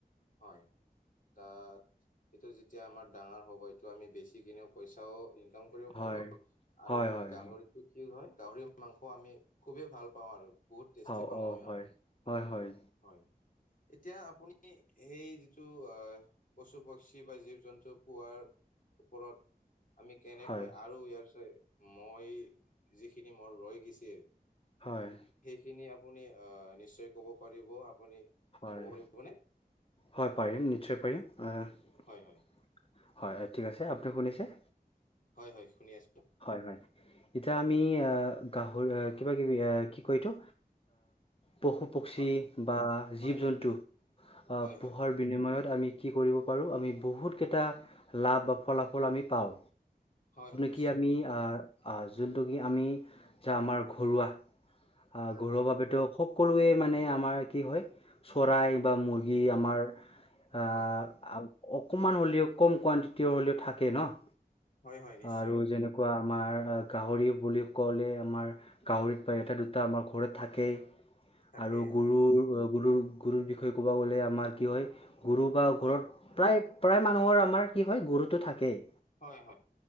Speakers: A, on the left (about 55°); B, on the left (about 35°).
A: হয়, তাত এইটো যেতিয়া আমাৰ ডাঙাৰ হ'ব এইটো আমি বেচি কিনেও পইচাও ইনকাম কৰিব
B: হয়।
A: পাৰো, আৰু
B: হয়,
A: আমি
B: হয়,
A: গাহৰিটো
B: হয়,
A: কি হয়? গাহৰি মাংস আমি খুবেই ভাল পাওঁ আৰু বহুত টেষ্টি
B: অ',
A: পাওঁ মই
B: হয়,
A: অ'
B: হয়, হয়,
A: হয়। এতিয়া আপুনি সেই যিটো আহ-পশু, পক্ষী বা জীৱ-জন্তু পোৱাৰ ওপৰত। আমি কেনেকৈ,
B: হয়,
A: আৰু ইয়াৰ পিছত মই যিখিনি মোৰ ৰৈ গৈছি
B: হয়।
A: সেইখিনি, আপুনি আহ নিশ্চয় কব পাৰিব। আপুনি
B: হয়,
A: ক'ব পাৰিবনে
B: হয় পাৰিম, নিশ্চয় পাৰিম। আহ।
A: হয় হয়
B: হয়, ঠিক আছে আপুনি শুনিছে?
A: হয়, হয়, শুনি আছো।
B: হয়, হয়। এতিয়া আমি আহ, গাহৰি আহ, কিবা কিবি আহ, কি কওঁ এইতো? পশু-পক্ষী
A: হয়
B: বা
A: হয়
B: জীৱ-জন্তু।
A: হয়
B: আহ,
A: হয়
B: পোহাৰ
A: হয়
B: বিনিময়ত আমি বিক্ৰী কৰিব পাৰোঁ, আমি বহুতকেইটা লাভ বা ফলাফল আমি পাওঁ।
A: হয়। নিশ্চয়
B: কি আমি আ-আ যোনটো কি, আমি যা আমাৰ ঘৰুৱা অ',
A: হয়
B: ঘৰুৱা
A: হয়
B: বাবেইতো সকলোৱে মানে আমাৰ কি হয়, চৰাই বা মুৰ্গী আমাৰ আ-আ
A: হয়
B: অকণমান হ'লেও, কম কোৱানটিটি হ'লেও থাকেই নহ?
A: হয় হয় নিশ্চয়
B: আৰু যেনেকুৱা আমাৰ গাহৰি বুলি ক'লে আমাৰ গাহৰিত বা এটা দুটা আমাৰ ঘৰত থাকেই
A: তাকেই
B: আৰু
A: হয়
B: গৰুৰ গৰুৰ গৰুৰ বিষয়ে ক'ব গ'লে আমাৰ কি হয় গৰু বা ঘৰত
A: হয়
B: প্ৰায় প্ৰায় মানুহৰ আমাৰ কি হয় গৰুটো থাকেই
A: হয় হয়